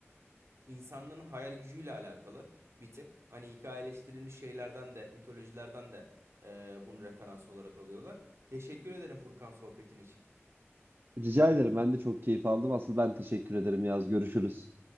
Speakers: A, on the right (about 70°); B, on the right (about 50°).
A: insanların hayal gücüyle alakalı bir tık. Hani hikayeleştirilmiş şeylerden de mitolojilerden de e, bunu referans olarak alıyorlar. Teşekkür ederim Furkan sohbetin için.
B: Rica ederim ben de çok keyif aldım. Asıl ben teşekkür ederim Yaz. Görüşürüz.